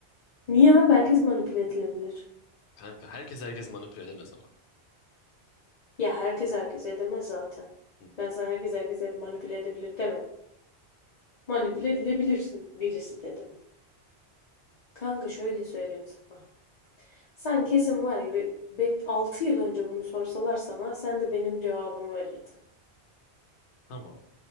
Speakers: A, on the left (about 45°); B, on the left (about 75°).
A: Niye abi? Herkes manipüle edilebilir.
B: Kanka herkes herkes manipüle edemez ama.
A: Ya herkes herkes edemez zaten.
B: Hı.
A: Ben sana herkes herkes ed- manipüle edebilir demedim. Manipüle edilebilirsin birisi dedim. Kanka şöyle söyleyeyim sana. Sen kesin var ya bir, bir 6 yıl önce bunu sorsalar sana sen de benim cevabımı verirdin.
B: Tamam.